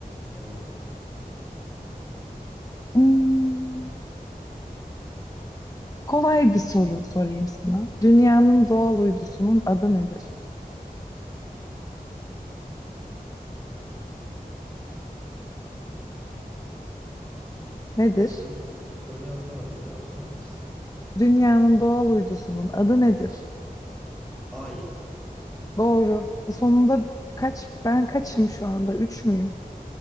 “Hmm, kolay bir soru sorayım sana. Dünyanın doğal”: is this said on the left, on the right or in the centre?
Left